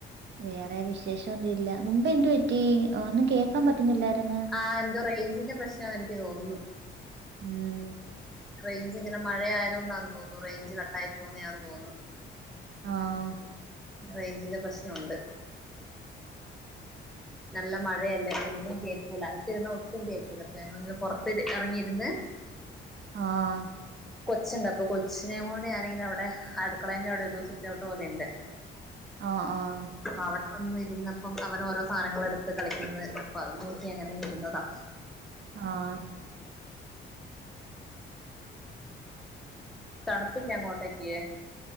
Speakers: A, on the right; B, in the centre.
A: വേറെ വിശേഷം ഒന്നും ഇല്ല മുമ്പ് എന്തു പറ്റി ഒന്നും കേക്കാൻ പറ്റുന്നില്ലാര്ന്ന്
B: ആഹ് എന്തോ റേഞ്ചിന്റെ പ്രശ്നാന്ന് എനിക്ക് തോന്നുന്നു
A: ഉം
B: റൈഞ്ച് ങ്ങനെ മഴയായതേണ്ടാന്നു തോന്നുന്നു റൈഞ്ച് കട്ടായി പോകുന്നതാന്ന് തോന്നുന്നു.
A: ആഹ്
B: റൈഞ്ചിന്റെ പ്രശ്നൊണ്ട് നല്ലെ മഴയല്ലേ ഒന്നും കേക്കൂല അകത്തിരുന്ന ഒട്ടും കേക്കൂലാ അപ്പൊ ഞങ്ങളിങ്ങനെ പെർത്ത് എറങ്ങിയിരുന്ന്
A: ആഹ
B: കൊച്ച്ണ്ട് അപ്പൊ കൊച്ചിനെ കൊണ്ട് ഞാനിങ്ങനെ അവിടെ അടുക്കളൻ്റെ അവിടെ ഒരു സിറ്റൗട്ട് പോലെണ്ട് <inaudible>
A: ആഹ് ആഹാ
B: അവടെ വന്നിഇരുന്നപ്പം അവന് ഓരോ സാധനങ്ങള് എടുത്ത് കളിക്കുന്നത് അപ്പൊ, അത് നോക്കി അങ്ങനെ ഇരുന്നതാ
A: ആഹ്
B: തണുപ്പിലേ അങ്ങോട്ടേക്ക്